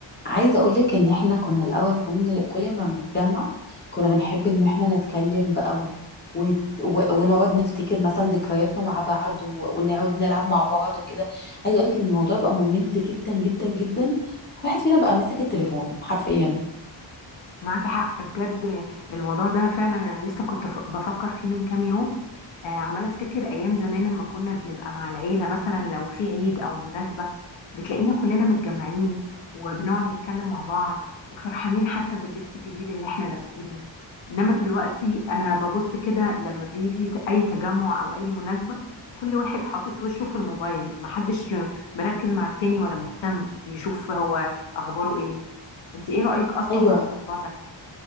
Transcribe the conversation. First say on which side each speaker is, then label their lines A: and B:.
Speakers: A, on the left (about 25°); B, on the left (about 80°).
A: عايزة أقولك إن إحنا كنا الأول كنا كل ما بنتجمع كنا بنحب إن إحنا نتكلم بقى و... ونت... و... ونقعد نفتكر مثلا ذكرياتنا مع بعض و... ونقعد نلعب مع بعض وكده عايزة أقولك إن الموضوع بقى ممل جدا جدا جدا كل واحد فينا بقى ماسك التليفون حرفيا
B: معاكي حق بجد الموضوع ده فعلا انا لسه كنت ف- بفكر فيه من كام يوم آه، عماله افتكر ايام زمان لما كنا بنبقى مع العيله مثلا لو في عيد او مناسبه بتلاقينا كلنا متجمعين وبنقعد نتكلم مع بعض وفرحانين حتى باللبس الجديد اللي احنا لابسينه انما دلوقتي انا ببص كده لما بيجي ت- اي تجمع او اي مناسبه كل واحد حاطط وشه في الموبايل محدش مركز مع التاني ولا مهتم يشوف هو اخباره ايه انت ايه رأيك اصلا
A: ايوه
B: في الموضوع ده